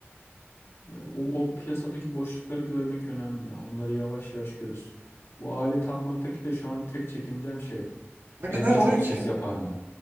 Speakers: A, on the left; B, on the right.
A: yani o, o piyasadaki boşlukları görmek önemli ya. Onları yavaş yavaş görürüz. Bu alet almaktaki de şu an tek çekincem şey.
B: Ne kadar
A: Evde
B: oluyor
A: çok
B: ki?
A: ses yapar mı?